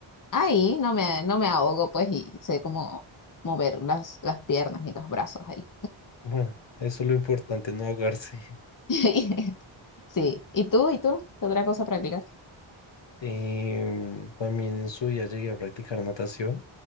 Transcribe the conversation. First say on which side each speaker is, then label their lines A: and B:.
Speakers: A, on the left; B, on the left.
A: ahí no me, no me ahogo, pues, y sé cómo mover las, las piernas y los brazos ahí.
B: Bueno, eso es lo importante, no ahogarse. <laughs>
A: <laughs> Sí, ¿y tú? ¿Y tú? ¿Qué otra cosa practicas?
B: Em, también en su día llegué a practicar natación.